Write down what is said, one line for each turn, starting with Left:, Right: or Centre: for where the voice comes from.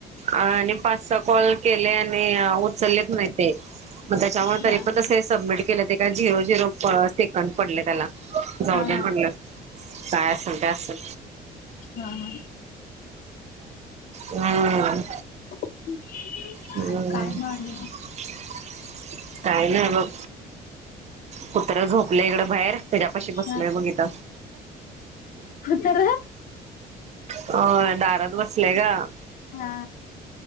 Right: आणि पाच सहा कॉल केलय आणि उचललेत नाही ते. मग त्याच्यामुळ तरी
Left: दहा हा
Right: पण त सबमिट केलं ते का झिरो झिरो सेकड पडले त्याला. जाऊद्या
Left: हा
Right: म्हणलं काय असल ते असल.
Left: हा हा!
Right: हम्म!
Left: <inaudible>
Right: <unintelligible>
Left: काय म्हणे
Right: काय नाय बघ कुत्र झोपलय इकडं बाहेर. तेज्या पशी बसलोय
Left: हा
Right: बघ इथ.
Left: तर
Right: होय दारात बसलेय ग.
Left: हा